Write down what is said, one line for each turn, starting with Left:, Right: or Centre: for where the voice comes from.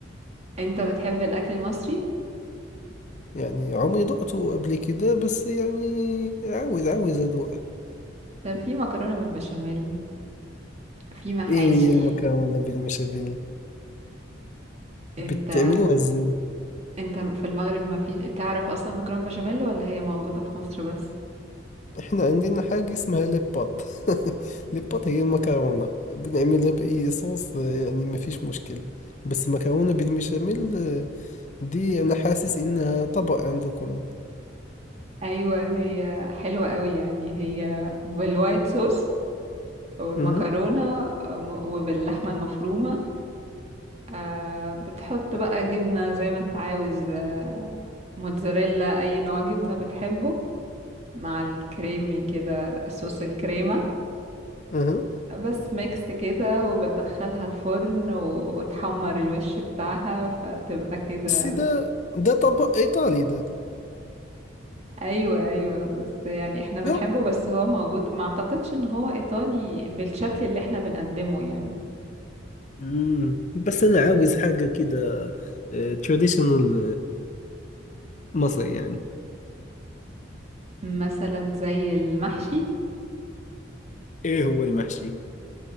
Right: انت بتحب الاكل المصري
Left: يعني عمري ذقته قبل كده بس يعني عاوز عاوز أذوق
Right: طب في مكرونة بالبشاميل في محاشي
Left: إيه هي المكرونة بالبشاميل بتعملوها
Right: انت
Left: إزاي
Right: انت في المغرب ما في تعرف اصلا مكرونة بشاميل ولا هي موجودة في مصر بس
Left: احنا عندنا حاجة اسمها ليبات <laughs> ليبات هي المكرونة بنعملها بأي صوص آه، يعني ما فيش مشكل بس المكرونة بالبشاميل آه، دي أنا حاسس إنها طبق عندكم
Right: ايوه هي حلوة قوي يعني هي بالوايت صوص والمكرونة
Left: أها
Right: آه، م- وباللحمة المفرومة آه بتحط بقى جبنة زي ما انت عاوز آه موتزاريلا اي نوع جبنة بتحبه مع الكريمي كده صوص الكريمة
Left: أها
Right: بس ميكس كده وبتدخلها الفرن و- وتحمر الوش بتاعها فتبقى كده
Left: بس ده ده طبق إيطالي ده
Right: ايوه ايوه بس يعني احنا بنحبه
Left: لا
Right: بس هو موجود ما اعتقدش ان هو ايطالي بالشكل اللي احنا بنقدمه يعني
Left: مم. بس أنا عاوز حاجة كده تراديشنال مصري يعني
Right: مثلا زي المحشي
Left: إيه هو المحشي؟